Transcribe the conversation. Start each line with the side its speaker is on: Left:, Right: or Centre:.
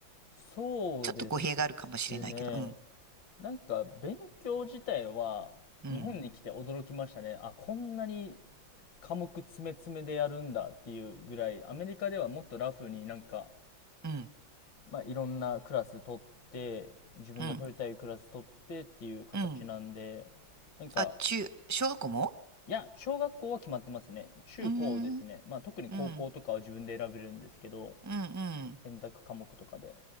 Left: そうです
Right: ちょっと語弊があるかもしれないけど、
Left: ね。
Right: うん、
Left: なんか、勉強自体は、
Right: うん、
Left: 日本に来て驚きましたね。あ、こんなに科目詰め詰めでやるんだっていうぐらい、アメリカではもっとラフになんか、
Right: うん、
Left: まあ、いろんなクラス取って、自分が取りたいクラス取ってっていう形なんで、
Right: うん、うん。
Left: なんか、
Right: あ、中、小学校も
Left: いや、小学校は決まってますね。中高ですね。
Right: うーん、うん、
Left: まあ、特に高校とかは自分で選べるんですけど、
Right: うん、うん、
Left: 選択科目とかで。